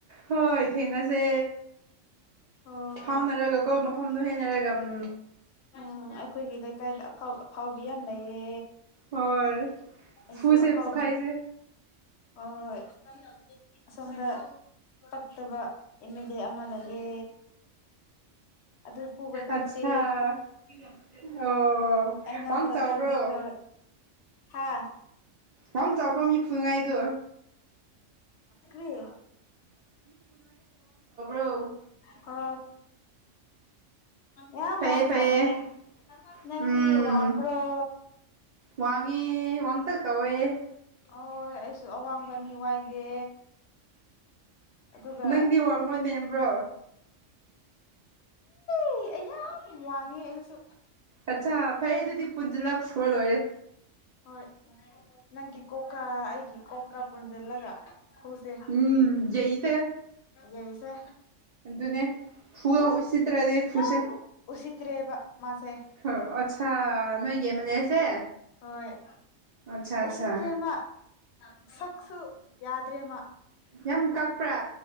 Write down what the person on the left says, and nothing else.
ꯍꯣꯏ
ꯎꯝ ꯑꯩꯈꯣꯏꯒꯤ ꯂꯩꯀꯥꯏꯗ ꯑꯐ ꯑꯐꯥꯎꯕꯤ ꯌꯥꯝ ꯂꯩꯌꯦ
ꯑꯩꯁꯨ
ꯑꯐꯥꯎꯕꯤ
ꯍꯣꯏ ꯑꯁꯣꯝꯗ ꯄꯛꯇꯕ ꯑꯦꯝ ꯃꯦ ꯂꯦ ꯑꯃ ꯂꯩ ꯌꯦ ꯑꯗꯨ ꯐꯨꯕ ꯆꯠꯇꯦ
ꯅꯪꯉꯣꯟꯗ
ꯀꯟꯇꯦꯛ ꯇꯧꯔꯛ ꯍꯥ
ꯀ꯭ꯔꯤ
ꯍ ꯌꯥꯝ
ꯃꯡ
ꯁꯋꯦ ꯅꯪꯗꯤ
ꯋꯥꯡꯕꯔꯣ
ꯍꯣꯏ ꯑꯩꯁꯨ ꯑꯋꯥꯡꯕ ꯃꯤ ꯋꯥꯏꯒꯦ ꯑꯗꯨꯒ
ꯑꯩ ꯑꯩ ꯌꯥꯝ ꯋꯥꯡꯉꯦ ꯑꯩꯁꯨ
ꯍꯣꯏ ꯅꯪꯒꯤ ꯀꯣꯀꯥ ꯑꯩꯒꯤ ꯀꯣ ꯀ ꯄꯨꯟꯖꯤꯜꯂꯒ ꯐꯨꯁꯦ
ꯌꯩꯁꯦ
ꯌꯥꯝ
ꯌꯥꯝ ꯎꯁꯤꯠꯇ꯭ꯔꯦꯕ ꯃꯥꯁꯦ
ꯍꯣꯏ
ꯎꯁꯤꯠꯇ꯭ꯔꯦ ꯃꯥ ꯁꯛꯁꯨ ꯌꯥꯗ꯭ꯔꯦꯃ